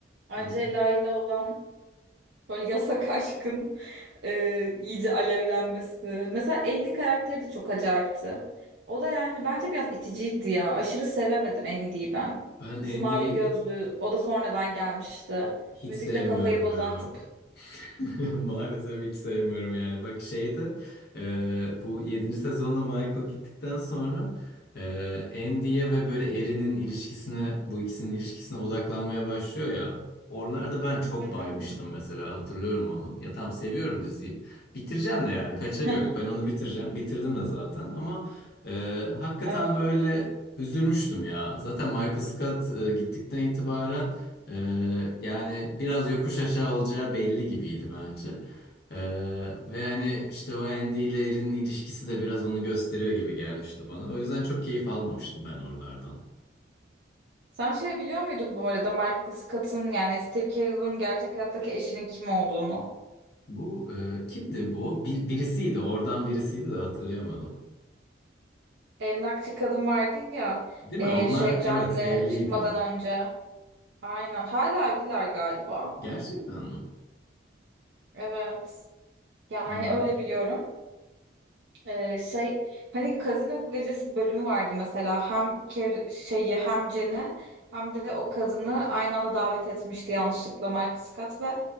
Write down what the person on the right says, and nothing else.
Angela
ile olan Böyle yasak <laughs> aşkın e, iyice alevlenmesi. Mesela Andy karakteri de çok acayipti. O da yani bence biraz iticiydi ya. Aşırı sevemedim Andy'yi ben.
Şu
mavi gözlü, o da sonradan gelmişti.
Müzikle
kafayı bozan
tip.
Hı hı.
<laughs>
Evet.
Sen şey biliyor muydun bu arada Michael Scott'ın yani Steve Carell'ın gerçek hayattaki eşinin kim olduğunu?
Emlakçı kadın vardı ya
e,
şey John'le
çıkmadan önce. Aynen. Hala evliler galiba.
Evet. Yani
öyle biliyorum. Ee, şey hani Kazino Gecesi bölümü vardı mesela. Hem Ker şeyi hem Cen'i hem de o kadını aynı anda davet etmişti yanlışlıkla Michael Scott ve